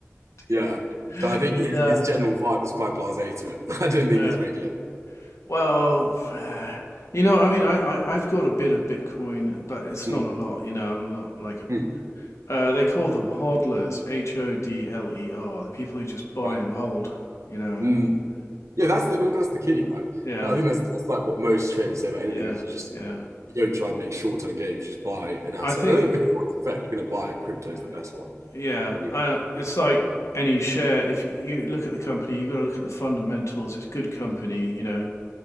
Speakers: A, on the right (about 80°); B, on the left (about 75°).
A: Yeah.
B: dear
A: So I think his
B: yeah
A: his general vibe is quite blasé to it. <laughs> I don't think
B: yeah.
A: he's regulated.
B: Well, eh, you know, I mean, I, I I've got a bit of Bitcoin, but it's
A: Mm,
B: not a lot. You know, I'm not like a
A: mm,
B: uh, they call them hodlers, H O D L E R, the people who just buy
A: right.
B: and hold. You know,
A: Mm. Yeah,
B: uh,
A: that's the I mean, that's the key, right?
B: yeah
A: I think that's that's like what most traders say about anything
B: yeah
A: is you just
B: yeah.
A: you don't try and make short term gains, you just buy an asset.
B: I think,
A: And I think Bitcoin, in fact, you're going to buy
B: uh,
A: crypto is the best one,
B: yeah,
A: and you
B: uh,
A: hold.
B: it's like any share. If you look at the company, you got to look at the fundamentals. It's a good company, you know,